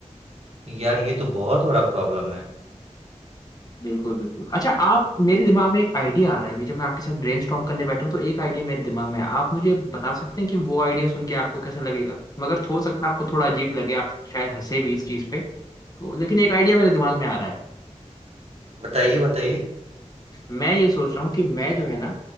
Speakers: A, on the right; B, on the left.
A: यार ये तो बहुत बड़ा प्रॉब्लम है
B: बिल्कुल बिल्कुल अच्छा आप मेरे दिमाग में एक आइडिया आ रहा है अभी जब मैं आपके साथ ब्रेनस्टॉर्म करने बैठा हूँ तो एक आइडिया मेरे दिमाग में है आप मुझे बता सकते हैं कि वो आइडिया सुन के आपको कैसा लगेगा मगर हो सकता है आपको थोड़ा अजीब लगे आप शायद हंसे भी इस चीज पे तो लेकिन एक आइडिया मेरे दिमाग में आ रहा है
A: बताइए बताइए
B: मैं ये सोच रहा हूँ कि मैं जो है ना